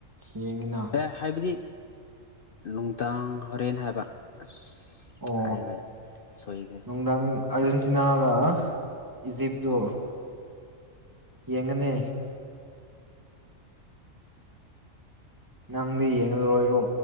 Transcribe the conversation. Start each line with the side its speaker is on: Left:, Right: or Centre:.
Right: ꯌꯦꯡꯉꯤꯅ
Left: ꯑꯦ ꯍꯥꯏꯕꯗꯤ ꯅꯨꯡꯗꯥꯡ ꯍꯣꯔꯦꯟ ꯍꯥꯏꯕ ꯑꯁ
Right: ꯑꯣ
Left: ꯍꯥꯏꯕ ꯁꯣꯏꯈ꯭ꯔꯦ
Right: ꯅꯨꯡꯗꯥꯥꯛ ꯑꯥꯔꯖꯦꯟꯇꯤꯅꯥꯒ ꯏꯖꯤꯞꯇꯨ ꯌꯦꯡꯒꯅꯤ ꯅꯪꯗꯤ ꯌꯦꯡꯂꯣꯏꯔꯣ